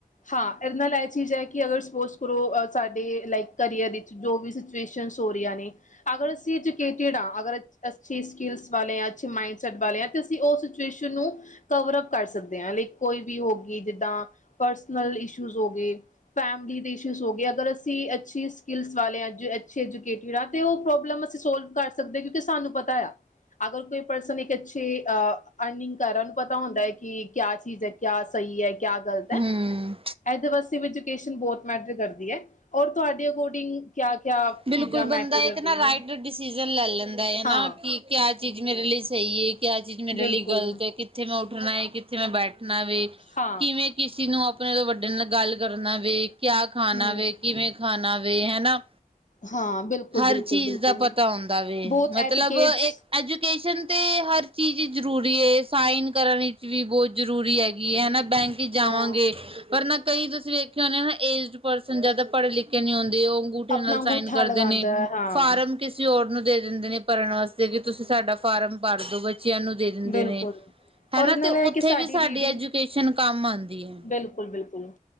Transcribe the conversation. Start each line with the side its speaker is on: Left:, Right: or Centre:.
Left: ਹਾਂ, ਇਹਦੇ ਨਾਲ ਇਹ ਚੀਜ਼ ਹੈ, ਕਿ ਅਗਰ ਸਪੋਜ ਕਰੋ ਸਾਡੇ ਲਾਈਕ ਕਰੀਅਰ ਵਿੱਚ। ਜੋ ਵੀ ਸਟਰੈਸਨ ਹੋ ਰਹਿਆ, ਨੇ ਅਗਰ ਅਸੀਂ ਐਜੂਕੇਟਡ ਆ ਅਗਰ ਅੱਛੀ ਸਕਿਲਸ। ਤੇ ਅੱਛੇ ਮਾਈੰਡਸੈਟ ਵਾਲੇ ਆ ਤੇ ਅਸੀਂ ਉਹ ਸਿਚੁਏਸ਼ਨ ਨੂੰ। ਕਵਰਅਪ ਕਰ ਸਕਦੇ ਹਾਂ, ਲੇਕਿਨ ਕੋਈ ਵੀ ਹੋਗੀ ਜਿੱਦਾਂ ਪਰਸਨਲ ਇਸ਼ੂ ਜੇ ਹੋਗੇ। ਫੈਮਲੀ ਦੇ ਇਸੂਜ ਹੋ ਗਏ ਅਗਰ ਅਸੀਂ ਅੱਛੀ ਸਕਿਲਸ ਵਾਲੇ ਅੱਜ ਅੱਛੇ ਐਜੂਕੇਟਡ ਆ। ਤੇ ਉਹ ਪ੍ਰੋਬਲਮ ਅਸੀਂ ਸੋਲਵ ਕਰ ਸਕਦੇ ਹਾਂ। ਕਿਉਂਕਿ ਸਾਨੂੰ ਪਤਾ ਆ। ਅਗਰ ਕੋਈ ਪਰਸਨ ਇੱਕ ਅੱਛੇ ਅ ਅਰਨਿੰਗ ਕਰ ਉਹਨੂੰ ਪਤਾ ਹੁੰਦਾ ਹੈ, ਕਿ ਕਿਆ ਚੀਜ਼ ਹੈ, ਕਿਆ ਸਹੀ ਹੈ। ਕਿਆ ਗਲਤ ਹੈ,
Right: ਹਮ
Left: ਇਹਦੇ ਵਾਸਤੇ ਵੀ ਐਜੂਕੇਸ਼ਨ ਬਹੁਤ ਮੈਟਰ ਕਰਦੀ ਹੈ। ਔਰ ਤੁਹਾਡੇ ਅਕੋਰਡਿੰਗ ਕਿਆ ਕਿਆ
Right: ਬਿਲਕੁਲ
Left: ਚੀਜ਼ਾਂ ਮੈਟਰ
Right: ਬੰਦਾ
Left: ਕਰਦੀਆਂ,
Right: ਇੱਕ ਨਾ ਰਾਈਟ ਡਿਸੀਜ਼ਨ ਲੈ ਲੈਂਦਾ ਹੈ ਨਾ
Left: ਹਾਂ।
Right: ਕਿ ਕਿਆ ਚੀਜ਼ ਮੇਰੇ ਲਈ ਸਹੀ ਹੈ, ਕਿਆ ਚੀਜ਼ ਮੇਰੇ
Left: ਬਿਲਕੁਲ
Right: ਲਈ ਗ਼ਲਤ ਹੈ। ਕਿੱਥੇ ਮੈਂ ਉੱਠਣਾ ਹੈ, ਕਿੱਥੇ ਮੈਂ ਬੈਠਣਾ ਵੇ
Left: ਹਾਂ
Right: ਕਿਵੇਂ। ਕਿਸੇ ਨੂੰ ਆਪਣੇ ਤੋਂ ਵੱਡੇ ਨਾਲ ਗੱਲ ਕਰਨਾ ਵੇ, ਕਿਆ ਖਾਣਾ
Left: ਹਮ
Right: ਵੇ, ਕਿਵੇਂ ਖਾਣਾ ਵੇ ਹਨਾ।
Left: ਹਾਂ ਬਿਲਕੁਲ।
Right: ਹਰ
Left: ਬਿਲਕੁਲ
Right: ਚੀਜ਼
Left: ਬਿਲਕੁਲ
Right: ਦਾ ਪਤਾ ਹੁੰਦਾ ਵੇ
Left: ਬਹੁਤ
Right: ਮਤਲਬ
Left: ਐਟੀਕੇਟਸ
Right: ਇੱਕ। ਐਜੂਕੇਸ਼ਨ ਤੇ ਹਰ ਚੀਜ਼ ਜ਼ਰੂਰੀ ਹੈ, ਸਾਈਨ ਕਰਨ ਵਿੱਚ ਵੀ ਬਹੁਤ। ਜ਼ਰੂਰੀ ਹੈਗੀ ਹੈ ਹਨਾ ਬੈਂਕ। ਜਾਵਾਂਗੇ
Left: ਹਾਂ
Right: ਪਰ ਨਾ ਕਈ ਤੁਸੀਂ ਵੇਖੇ ਹੋਣੇ ਨਾ, ਏਜਡ ਪਰਸਨ ਜਿਆਦਾ ਪੜ੍ਹੇ ਲਿਖੇ ਨਹੀਂ ਆਉਂਦੇ ਉਹ। ਅੰਗੂਠੇ
Left: ਆਪਣਾ
Right: ਨਾਲ
Left: ਅੰਗੂਠਾ
Right: ਸਾਈਨ ਕਰਦੇ
Left: ਲਗਾਉਂਦਾ
Right: ਨੇ
Left: ਹੈ ਹਾਂ
Right: ਫਾਰਮ ਕਿਸ। ਕਿਸੇ ਹੋਰ ਨੂੰ ਦੇ ਦਿੰਦੇ ਨੇ ਭਰਨ ਵਾਸਤੇ ਕਿ, ਤੁਸੀਂ ਸਾਡਾ ਫਾਰਮ ਭਰਦੋ ਬੱਚਿਆਂ ਨੂੰ ਦੇ ਦਿੰਦੇ
Left: ਬਿਲਕੁਲ
Right: ਨੇ।
Left: ਔਰ
Right: ਹਨਾ
Left: ਨਾਲ
Right: ਤੇ
Left: ਹੈ
Right: ਉੱਥੇ
Left: ਕਿ
Right: ਵੀ ਸਾਡੀ
Left: ਰੀਡਿੰਗ
Right: ਐਜੂਕੇਸ਼ਨ ਕੰਮ ਆਉਂਦੀ ਹੈ।
Left: ਬਿਲਕੁਲ ਬਿਲਕੁਲ